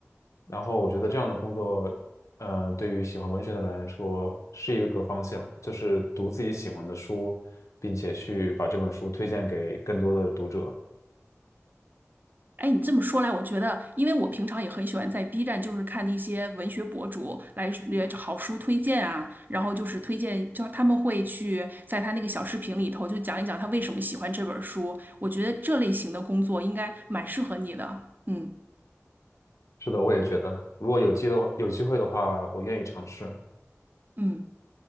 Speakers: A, on the left; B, on the right.
A: 然后我觉得这样的工作，呃，对于喜欢文学的人来说是一个方向，就是读自己喜欢的书，并且去把这本书推荐给更多的读者。
B: 哎，你这么说来，我觉得，因为我平常也很喜欢在 B 站，就是看那些文学博主来也好书推荐啊，然后就是推荐，就他们会去在他那个小视频里头就讲一讲他为什么喜欢这本书。我觉得这类型的工作应该蛮适合你的。嗯
A: 是的，我也觉得，如果有机的有机会的话，我愿意尝试。
B: 嗯，